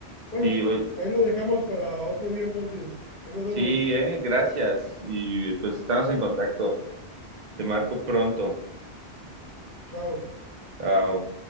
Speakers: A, on the left (about 55°); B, on the right (about 50°).
A: Bueno,
B: Sí, oye,
A: ahí lo dejamos para otro día entonces. Ahí nos vemos.
B: sí, ¿eh? Gracias. Y pues estamos en contacto. Te marco pronto.
A: Chao.
B: Chao.